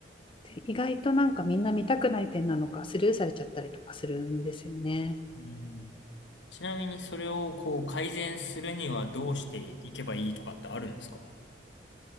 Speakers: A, on the left; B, on the left.
A: 意外となんかみんな見たくない点なのかスルーされちゃったりとかするんですよね。
B: うん。ちなみに、それをこう、改善するにはどうしていけばいいとかってあるんですか